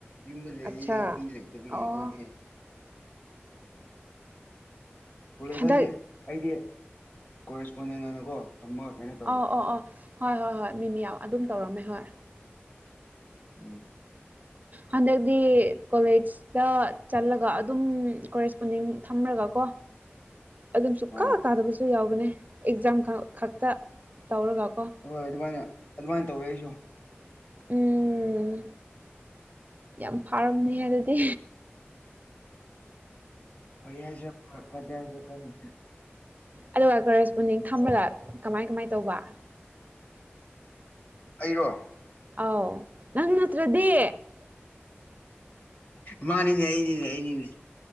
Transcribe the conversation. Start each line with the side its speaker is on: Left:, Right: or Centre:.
Left: ꯌꯨꯝꯗ ꯂꯩꯌꯦ
Right: ꯑꯠꯆꯥ
Left: ꯃꯤ ꯂꯩꯇꯕꯒꯤ
Right: ꯑꯣ
Left: ꯑꯩꯈꯣꯏꯒꯤ ꯀꯣꯂꯦꯖ
Right: ꯍꯟꯗꯛ
Left: ꯍꯥꯏꯁꯦ ꯑꯩꯗꯤ ꯀꯣꯔꯦꯁꯄꯣꯟꯗꯦꯟ ꯑꯣꯏꯅꯀꯣ ꯊꯝꯕ ꯉꯥꯛꯇꯅꯦ
Right: ꯑꯧ ꯑꯧ ꯑꯧ ꯍꯣꯏ ꯍꯣꯏ ꯍꯣꯏ ꯃꯤ ꯃꯌꯥꯝ ꯑꯗꯨꯝ ꯇꯧꯔꯝꯃꯦ ꯍꯣꯏ
Left: ꯎꯝ
Right: ꯍꯟꯗꯛꯗꯤ ꯀꯣꯂꯦꯖ ꯇꯥ ꯆꯠꯂꯒ ꯑꯗꯨꯝ ꯀꯣꯔꯦꯁꯄꯣꯟꯗꯤꯡ ꯊꯝꯃꯔꯒ ꯀꯣ ꯑꯗꯨꯝ ꯁꯨ
Left: ꯑꯥ
Right: ꯀꯥ ꯀꯥꯗꯕꯁꯨ ꯌꯥꯎꯕꯅꯦ ꯑꯦꯛꯖꯥꯝ ꯈꯛꯇ ꯇꯧꯔꯒꯀꯣ
Left: ꯍꯣꯏ ꯑꯗꯨꯃꯥꯏꯅ ꯑꯗꯨꯃꯥꯏꯅ ꯇꯧꯋꯦ ꯑꯩꯁꯨ
Right: ꯎꯝ ꯌꯥꯝ ꯐꯥꯔꯝꯅꯤꯍꯦ ꯑꯗꯨꯗꯤ
Left: ꯐꯩ ꯍꯥꯏꯁꯤꯔ ꯐꯗꯤ ꯍꯥꯏꯁꯤꯔ ꯈꯪꯗꯦ
Right: ꯑꯗꯨꯒ ꯀꯣꯔꯦꯁꯄꯨꯟꯗꯤꯡ ꯊꯝꯂꯒ ꯀꯃꯥꯏ ꯀꯃꯥꯏ ꯇꯧꯕ
Left: ꯑꯩꯔꯣ
Right: ꯑꯥꯎ ꯅꯪ ꯅꯠꯇ꯭ꯔꯗꯤ
Left: ꯃꯥꯅꯤꯅꯦ ꯑꯩꯅꯤꯅꯦ ꯑꯩꯅꯤꯅꯦ